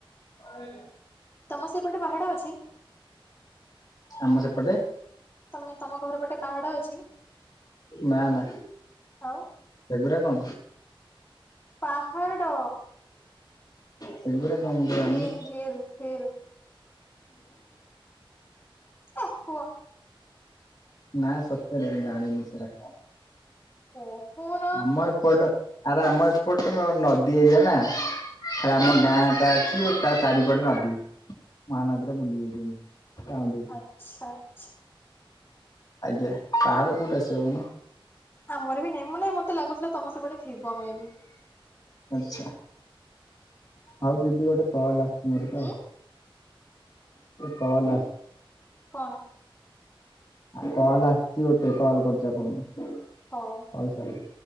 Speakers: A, on the left; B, on the left.
A: <unintelligible>
B: ତମ ସେପଟେ ପାହାଡ ଅଛି।
A: ଆମ ସେପଟେ
B: ତମେ ତମ ଘର ଗୋଟେ ପାହାଡ ଅଛି
A: ନା ନା
B: ଆଉ
A: ସେଗୁରା କଣ
B: ପାହାଡ଼।
A: ସେଗୁଡା କଣ ମୁଁ ଜାଣିନି।
B: ହିଲ୍ ହିଲ୍ ହିଲ୍ ଏ କୁହ।
A: ନାଁ ସତରେ ଜାଣିନି ସେରା କଣ।
B: କୋହନ
A: ଆମ ଏପଟ ଆରେ ଆମ ଏପଟ ନଦୀ ଏରିଆ ନା। ସାର୍
B: ହଁ
A: ଆମ ଗାଁଟା ଅଛି। ତା ଚାରିପଟେ ନଦୀ ମହାନଦୀରେ ବୁଲି ଯାଇ ଯାଉଛନ୍ତି।
B: ଆଚ୍ଛା ଆଚ୍ଛା।
A: ଆଜ୍ଞା ପାାହାଡ କୋଉଠି ଆସିବ କୋହୁନ।
B: ଆମର ବି ନାଇଁ ନାହିଁ ମତେ ଲାଗୁଥିଲା ତମ ସେପଟେ ଥିବ ମେବି।
A: ଆଛା ଆଉ ଦିଦି ଗୋଟେ କଲ୍ ଆସିଛି ମୋର ତ।
B: ଉଁ
A: କଲ ଆ
B: କଣ?
A: କଲ୍ ଆସିଛି ଗୋଟେ କଲ୍ କରୁଛି ଆପଣଙ୍କୁ।
B: ହଉ।
A: ହଉ ସାର୍।